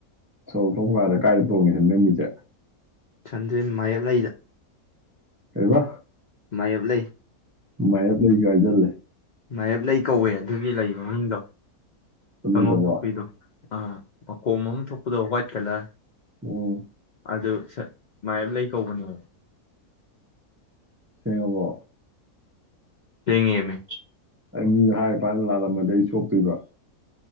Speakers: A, on the right; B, on the left.
A: ꯁꯣꯔꯣꯛ ꯊꯣꯛꯕ ꯀꯥꯟꯗ ꯀꯥꯏꯗ ꯇꯣꯡꯉꯤꯁꯤꯅ ꯅꯃꯤꯁꯦ
B: <inaudible> ꯖꯤꯟ ꯃꯥꯌꯦꯞ ꯂꯩꯗ
A: ꯀꯩꯕ
B: ꯃꯥꯌꯦꯞ ꯂꯩ
A: ꯃꯥꯌꯦꯞ ꯂꯩꯒꯥ ꯍꯥꯏꯖꯜ ꯂꯦ
B: ꯃꯥꯌꯦꯞ ꯂꯩ ꯀꯧꯋꯦ ꯑꯗꯨꯒꯤ ꯂꯩ ꯃ ꯃꯤꯡꯗꯣ
A: ꯑꯗꯨꯗꯕꯣ
B: ꯁꯪꯒꯣꯝ ꯊꯣꯛꯄꯤꯗꯣ ꯑ ꯃꯈꯣꯝꯑꯝ ꯊꯣꯛ ꯗꯣ ꯋꯥ꯭ꯋꯥꯏꯠ ꯀꯂꯔ
A: ꯎꯝ
B: ꯑꯗꯨ ꯁ ꯃꯌꯦꯞ ꯂꯩ ꯀꯧꯕꯅꯦ
A: ꯁꯦꯡꯉꯕꯣ
B: ꯁꯦꯡꯉꯦꯃꯦ
A: ꯑꯩ ꯃꯤ ꯍꯥꯏ ꯐꯅ ꯂꯥꯜꯂꯝꯃꯗꯤ ꯑꯩ ꯆꯣꯞꯇꯣꯏꯕ